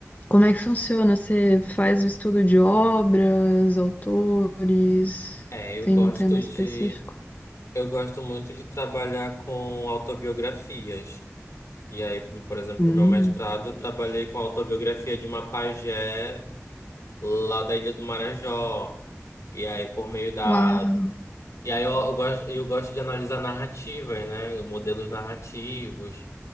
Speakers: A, on the left; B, on the left.
A: como é que funciona? Você faz o estudo de obras, autores,
B: É, eu
A: tem
B: gosto
A: um tema específico?
B: de. Eu gosto muito de trabalhar com autobiografias. E aí, por exemplo,
A: Hum.
B: no meu mestrado, eu trabalhei com a autobiografia de uma pajé lá da Ilha do Marajó. E aí, por meio da.
A: Uau!
B: E aí, eu, eu gosto, eu gosto de analisar narrativas, né? Modelos narrativos.